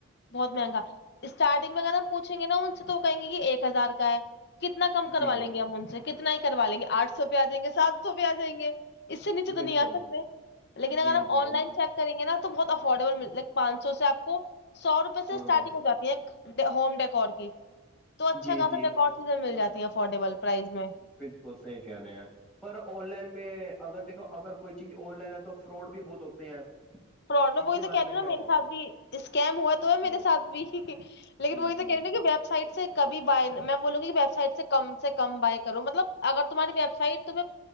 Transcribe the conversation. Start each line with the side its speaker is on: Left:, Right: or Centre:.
Left: بہت مہنگا اسٹارٹنگ میں کم پوچھیں گے نا تو کہیں گے کہ ایک ہزار کا ہے کتنا کم کروا
Centre: جی
Left: لیں گے ہم ان سے کتنا ہی کروا لیں گے آٹھ سو پہ آ جائیں گے سات سو پہ آ جائیں گے اس سے نیچے
Centre: بالکل
Left: تو نہیں آ سکتے لیکن اگر
Centre: جی
Left: ہم
Centre: جی
Left: آن لائن چیک کریں گے نا تو تو بہت افورڈیبل مل پانچ سو سے آپ کو سو روپے سے
Centre: ہاں
Left: اسٹارٹنگ ہو جاتی ہے ہوم ڈیکور کی تو اچھا
Centre: جی
Left: کہاسی
Centre: جی
Left: ڈیکور چیزیں مل جاتی ہیں افورڈیبل پرائز میں
Centre: بالکل صحیح کہہ رہے ہیں پر آن لائن میں اگر دیکھو اگر کوئی چیز آن لائن ہے تو فراڈ بھی بہت ہوتے ہیں
Left: فراڈ
Centre: اس
Left: وہی
Centre: کے
Left: تو
Centre: بارے
Left: کہہ رہے
Centre: میں
Left: ہیں
Centre: کیا
Left: نا میرے
Centre: کہو
Left: ساتھ
Centre: گے
Left: بھی اسکیم ہوا تو ہے
Centre: جی
Left: میرے ساتھ بھی لیکن
Centre: جی
Left: وہی تو
Centre: جی
Left: کہہ رہے ہیں نا
Centre: جی
Left: کہ ویب سائٹ سے کبھی بائے میں بولوں گی ویب سائٹ سے کم سے کم بائے کروں مطلب اگر تمہاری ویب سائٹ تمییں